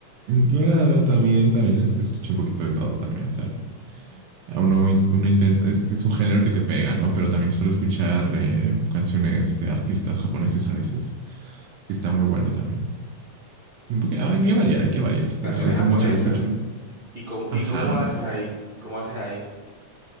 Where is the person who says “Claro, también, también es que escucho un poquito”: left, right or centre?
Right